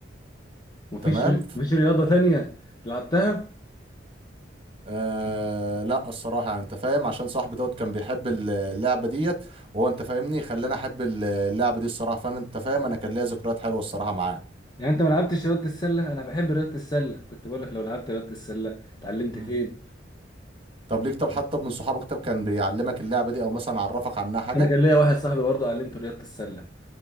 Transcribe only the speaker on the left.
مفيش
ري... مفيش رياضة تانية لعبتها
يعني انت ما لعبتش رياضة السلة انا بحب رياضة السلة كنت بقول لك لو لعبت رياضة السلة اتعلمت
فين
انا كان ليا واحد صاحبي برضه علمته رياضة السلة